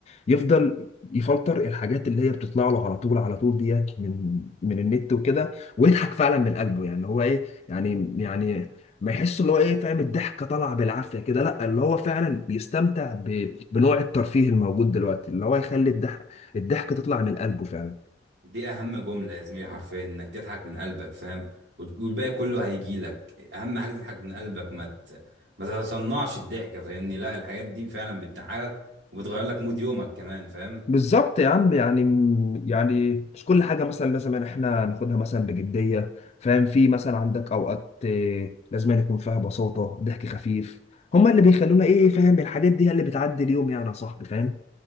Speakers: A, on the left; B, on the right.
A: يفضل يفلتر الحاجات اللي هي بتطلع له على طول على طول ديت من من النت وكده ويضحك فعلا من قلبه يعني هو ايه يعني يعني ما يحس اللي هو ايه فاهم الضحكه طالعه بالعافيه كده لا اللي هو فعلا بيستمتع ب... بنوع الترفيه الموجود دلوقتي اللي هو يخلي الضحك الضحك تطلع من قلبه فعلا
B: دي اهم جمله يا زميلي حرفيا انك تضحك من قلبك فاهم وت- والباقي كله هيجي لك اهم حاجه تضحك من قلبك ما ت... ما تتصنعش الضحكه فاهمني لا الحاجات دي فعلا بتضحكك وبتغير لك مود يومك كمان فاهم
A: بالظبط يا عم يعني يعني مش كل حاجة مثلا لازم إن احنا ناخدها مثلا بجدية فاهم في مثلا عندك أوقات آه، لازم أن يكون فيها بساطة ضحك خفيف هما اللي بيخلونا إيه فاهم الحاجات دي هي اللي بتعدي اليوم يعني يا صاحبي فاهم